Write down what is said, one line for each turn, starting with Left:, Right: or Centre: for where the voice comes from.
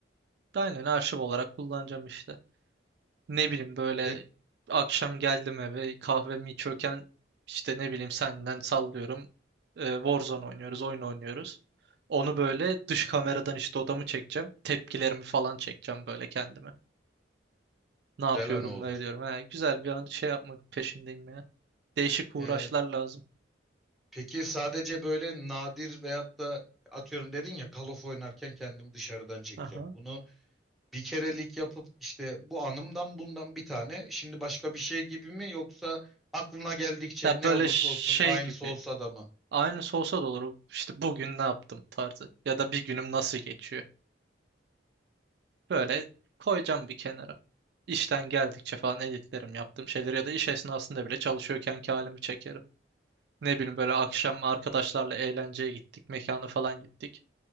Right: aynen arşiv olarak kullanacağım işte. Ne bileyim böyle
Centre: Pek
Right: akşam geldim eve kahvemi içiyorken işte ne bileyim senden sallıyorum. e, Warzone oynuyoruz, oyun oynuyoruz. Onu böyle dış kameradan işte odamı çekeceğim. Tepkilerimi falan çekeceğim böyle kendime. Ne
Centre: güzel
Right: yapıyorum,
Centre: anı olur.
Right: ne ediyorum. He, güzel bir an şey yapmak peşindeyim ya. Değişik
Centre: E,
Right: uğraşlar lazım.
Centre: peki sadece böyle nadir veyahut da atıyorum dedin ya Call of oynarken kendimi dışarıdan çekeceğim.
Right: Aha.
Centre: Bunu bir kerelik yapıp işte bu anımdan bundan bir tane. Şimdi başka bir şey gibi mi yoksa aklına geldikçe
Right: Ya
Centre: ne
Right: böyle
Centre: olursa
Right: şey
Centre: olsun aynısı
Right: gibi.
Centre: olsa da mı?
Right: Aynısı olsa da olur. İşte bugün ne yaptım tarzı. Ya da bir günüm nasıl geçiyor. Böyle koyacağım bir kenara. İşten geldikçe falan editlerim yaptığım şeyleri ya da iş esnasında bile çalışıyorken ki halimi çekerim. Ne bileyim böyle akşam arkadaşlarla eğlenceye gittik, mekana falan gittik.